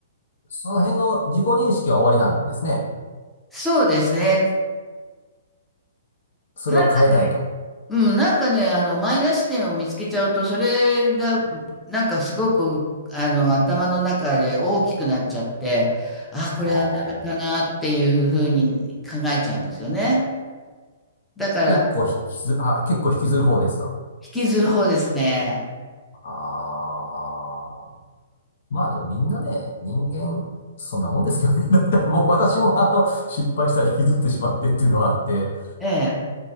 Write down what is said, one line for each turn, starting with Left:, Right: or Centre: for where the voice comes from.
Left: その辺の自己認識は終わりなんですね。
Centre: そうですね。
Left: それを変えたいと。
Centre: なんかね、うん、なんかね、あの、マイナス点を見つけちゃうと、それが、なんかすごく、あの、頭の中で大きくなっちゃって、あ、これはダメかなっていうふうに考えちゃうんですよね。
Left: あー
Centre: だから、
Left: 結構引きず、あ、結構引きずる方ですか。
Centre: 引きずる方ですね。
Left: ああ、まあでもみんなね、人間、そんなもんですけどね。<laughs> だって僕、私もあの、失敗したら引きずってしまってっていうのはあって、
Centre: ええ。